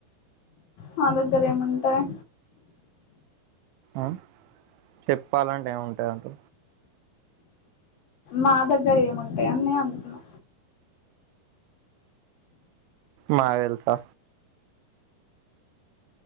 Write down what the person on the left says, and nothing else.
మా దగ్గర ఏముంటాయి
నా దగ్గర ఏముంటాయి అని అంటున్నా